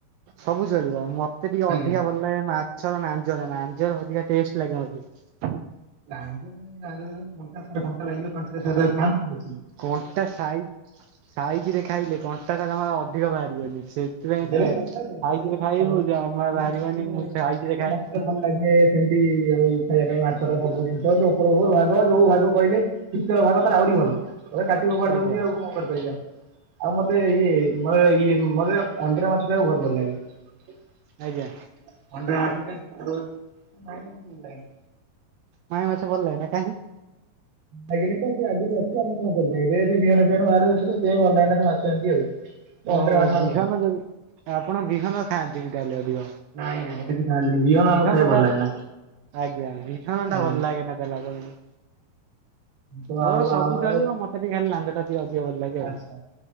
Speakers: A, on the right; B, on the right.
A: ସବୁ ଚଳିବ ମତେ ଟିକେ ଅଧିକା
B: ଆଜ୍ଞା
A: ଭଲ ଲାଗେ ମା ଛର ନାଞ୍ଜଟା ନାଞ୍ଜର ଅଧିକା ଟେଷ୍ଟ ଲାଗେ ମତେ।
B: ଲାଞ୍ଜ କାଇଁ ଲାଞ୍ଜରେ କଣ୍ଟା ଫଣ୍ଟା।
A: କଣ୍ଟା ସାଇ ସାଇଜ ରେ ଖାଇଲେ କଣ୍ଟାଟା ଜମା ଅଧିକ ବାହାରିବନି। ସେଥିପାଇଁ
B: ଏଇ ଗୋଟେ
A: ସାଇଜରେ
B: କଥା
A: ଖାଇବୁ ଜମା ବାହାରିବନି
B: <inaudible>
A: ମୁଁ ସାଇଜରେ ଖାଏ
B: ମତେ ଭଲ ଲାଗେ ସେ କି ଏଇ ଖାଇବା ପାଇଁ ମାଛର ସବୁ ଜିନିଷ ଯଉ ଉପରୁ ଉପରୁ ଭାଗ ଯୋଉ ଭାଗ କହିଲେ। ଭିତର ଭାଗ ତାର ଆହୁରି ଭଲ ଏ କାଟି ଖୋପାଡି
A: ଆଜ୍ଞା।
B: ଦଉଚନ୍ତି ଆଉ କଣ କରି ପାରିବା? ଆଉ ମତେ ଇଏ ମତେ ଇଏ ମତେ ଅଣ୍ଡିରା ମାଛ ଖାଇବାକୁ ବହୁତ ଭଲ ଲାଗେ। ଅଣ୍ଡିରା
A: ଆଜ୍ଞା
B: ମାଛ ଯେ ସେଠୁ ମାଈ ମାଛ ମତେ ଭଲ ଲାଗେନି।
A: ମାଈ ମାଛ ଭଲ ଲାଗେନା କାଇଁକି?
B: ଲାଗେନି ତ ସେ ଆଗରୁ ଅଛି ଆମେ କଣ କରିବା ଏବେ ସେ ବିହନ ଫିହନ ସାର୍ ଦଉଥିଲେ ସେଥିପାଇଁ ଭଲ ଲାଗେନା ସେ ମାଛ ଏମିତି ଆଉ।
A: ଓହୋ
B: ଅଣ୍ଡିରା ମାଛ
A: ବିହନ
B: ଆମର ଭଲ।
A: ଯ ଆପଣ ବିହନ ଖାଆନ୍ତିନି ତାହେଲେ। ଅଧିକ?
B: ନାଇ ନାଇ ଏଠି କେହି ଖାଆନ୍ତିନି ବିହନ
A: ବିହନଟା
B: ଆମକୁ ଖାଇବାକୁ ଭଲ ଲାଗେନା।
A: ଆଜ୍ଞା ବିହନ ଟା
B: ଆଜ୍ଞା
A: ଭଲ ଲାଗେନା ତାହେଲେ ଆପଣଙ୍କୁ।
B: ତ
A: ମୋର
B: ଆଉ
A: ସବୁ
B: ଆମ ଆଡେ
A: ଚଳିବ ମତେ ଟିକେ ଖାଲି ଲାଞ୍ଜଟା ଟିକେ ଅଧିକ ଭଲ ଲାଗେ
B: ଆଚ୍ଛା।
A: ଆଉ।